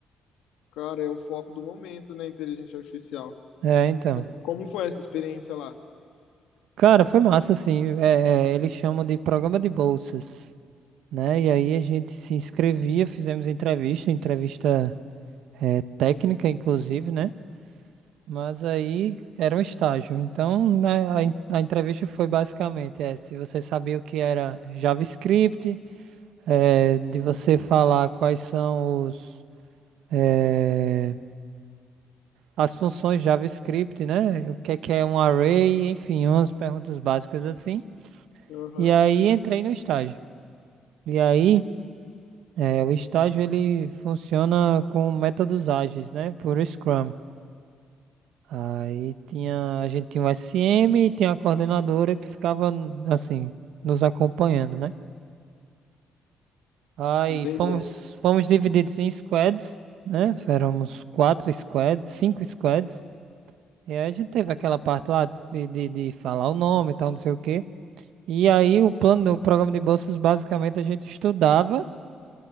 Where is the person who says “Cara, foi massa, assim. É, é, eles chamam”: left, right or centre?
Right